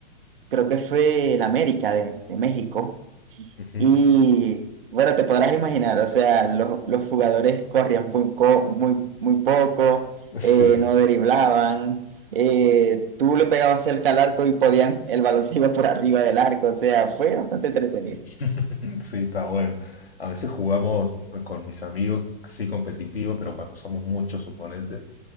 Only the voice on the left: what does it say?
ujú.
<laughs>
Sí,
<laughs> sí, está bueno. A veces jugamos con mis amigos, sí, competitivo, pero cuando somos muchos, suponete,